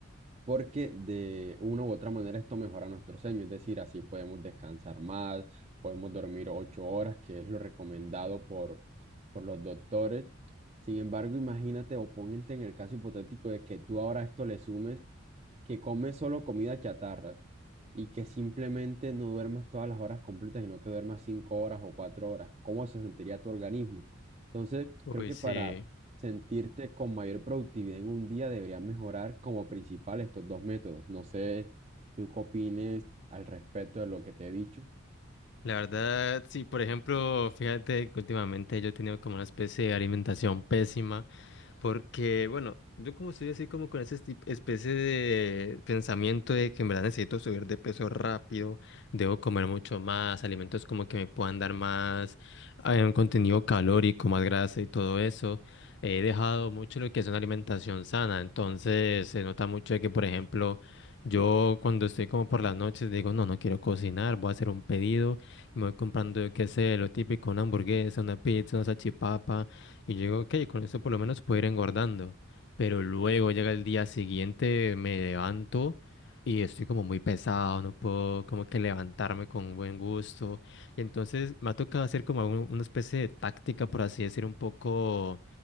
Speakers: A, on the right (about 30°); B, on the left (about 60°).
A: porque de una u otra manera esto mejora nuestro sueño, es decir, así podemos descansar más, podemos dormir ocho horas, que es lo recomendado por, por los doctores. Sin embargo, imagínate o ponente en el caso hipotético de que tú ahora a esto le sumes que comes solo comida chatarra y que simplemente no duermas todas las horas completas, sino que duermas cinco horas o cuatro horas. ¿Cómo se sentiría tu organismo? Entonces,
B: Uy,
A: creo que
B: sí.
A: para sentirte con mayor productividad en un día debería mejorar como principal estos dos métodos. No sé, tú qué opines al respecto de lo que te he dicho.
B: La verdad, sí, por ejemplo, fíjate que últimamente yo he tenido como una especie de alimentación pésima. Porque, bueno, yo como estoy así como con esa especie de pensamiento de que en verdad necesito subir de peso rápido, debo comer mucho más, alimentos como que me puedan dar más eh, un contenido calórico, más grasa y todo eso, he dejado mucho lo que es una alimentación sana, entonces se nota mucho de que, por ejemplo, yo cuando estoy como por las noches digo, no, no quiero cocinar, voy a hacer un pedido, y me voy comprando, yo qué sé, lo típico, una hamburguesa, una pizza, una salchipapa. Y yo digo, ok, con eso por lo menos puedo ir engordando. Pero luego llega el día siguiente, me levanto y estoy como muy pesado, no puedo como que levantarme con buen gusto. Y entonces me ha tocado hacer como un- una especie de táctica, por así decir, un poco,